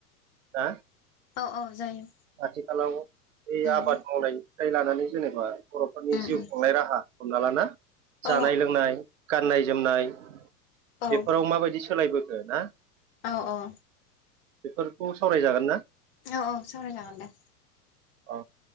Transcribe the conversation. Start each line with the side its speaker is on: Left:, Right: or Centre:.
Right: ना
Left: औ औ जायो।
Right: आथिखालाव बै
Left: उम
Right: आबाद मावनायनिफ्राय लानानै जेनेबा बर'फोरनि
Left: उम
Right: जिउ
Left: उम
Right: खुंनाय राहा हमना लाना जानाय
Left: औ
Right: लोंनाय गाननाय जोमनाय
Left: औ
Right: बेफोराव माबायदि सोलायबोखो ना।
Left: औ औ
Right: बेफोरखौ सावरायजागोन ना?
Left: औ औ सावराय जागोन दे।
Right: अ